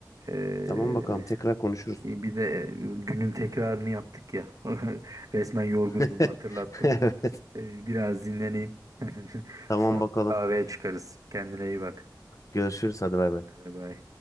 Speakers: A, on the right (about 50°); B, on the left (about 45°).
A: Ee,
B: Tamam bakalım tekrar konuşuruz.
A: iyi bir de e, günün tekrarını yaptık ya. <laughs> Resmen yorgunluğumu
B: <laughs>
A: hatırlattım.
B: Evet.
A: Ee, biraz dinleneyim. <laughs>
B: Tamam
A: Sonra
B: bakalım.
A: kahveye çıkarız. Kendine iyi bak.
B: Görüşürüz hadi bay bay.
A: Bay bay.